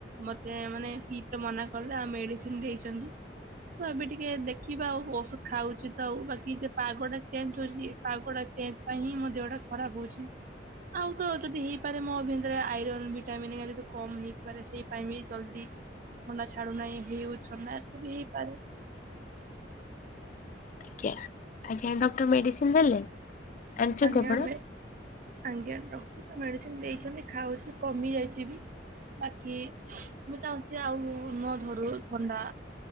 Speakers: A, on the right; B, on the left.
A: ମୋତେ ମାନେ ପିଇତେ ମନା କଲେ ଆଉ ମେଡିସିନ ଦେଇଛନ୍ତି ତ ଏବେ ଟିକେ ଦେଖିବା ଆଉ ଔଷଧ ଖାଉଛି ତ ଆଉ ବାକି ଯେ ପାଗଟା ଚେଞ୍ଜ ହେଉଛି ପାଗ ଟା ଚେଞ୍ଜ ପାଇଁ ହିଁ ମୋ ଦେହଟା ଖରାପ ହଉଛି ଆଉ ତ ଯଦି ହେଇପାରେ ମୋ ଭିତରେ ଆଇରନ୍ ବି ଭିଟାମିନ କମ ହେଇଥିବାରେ ସେଇପାଇଁ ବି ଜଲଦି ଥଣ୍ଡା ଛାଡୁନାହିଁ। ହେଉ ଥଣ୍ଡା ବି ହେଇପାରେ
B: ଆଜ୍ଞା ଆଜ୍ଞା ଡକ୍ଟର ମେଡିସିନ ଦେଲେ ଆଣିଛନ୍ତି
A: ଆଜ୍ଞା
B: ଆପଣ?
A: ଆମେ ଆଜ୍ଞା ଡକ୍ଟର ତ ମେଡିସିନ ଦେଇଛନ୍ତି ଖାଉଛି କମି ଯାଇଛି ବି ବାକି ମୁଁ ଚାହୁଁଛି ଆଉ ନ ଧରୁ ଥଣ୍ଡା